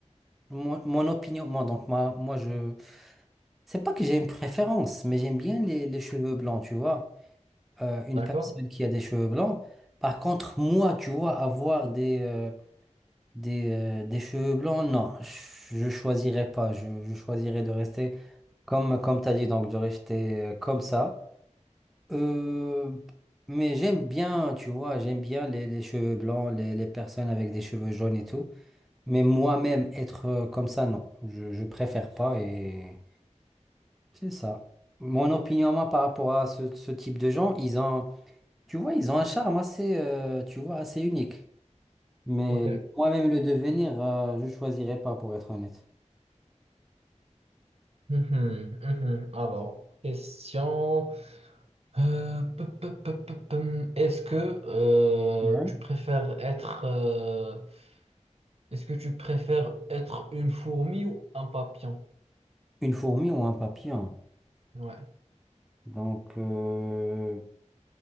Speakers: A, in the centre; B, on the right.
A: mon, mon opinion, moi, donc moi moi, je, c'est pas que j'ai une préférence, mais j'aime bien les, les cheveux blancs, tu vois. Euh, une
B: D'accord?
A: personne qui a des cheveux blancs. Par contre, moi, tu vois, avoir des, euh, Des, euh, des cheveux blancs, non, je je choisirais pas. Je, je choisirais de rester comme, comme tu as dit, donc de rester euh, comme ça. Euh, mais j'aime bien, tu vois, j'aime bien les, les cheveux blancs, les, les personnes avec des cheveux jaunes et tout. Mais moi-même, être euh, comme ça, non, je, je préfère pas et c'est ça. Mon opinion, moi, par rapport à ce, ce type de gens, ils ont, tu vois, ils ont un charme assez, euh, tu vois, assez unique. Mais
B: Ok.
A: moi-même le devenir, euh, je choisirais pas pour être honnête.
B: Mhm, mhm. Alors, question. Euh, pe- pe- pe- pe- pe- Est-ce que euh,
A: Ouais.
B: tu préfères être... euh, Est-ce que tu préfères être une fourmi ou un papillon?
A: Une fourmi ou un papillon.
B: Ouais.
A: Donc, euh,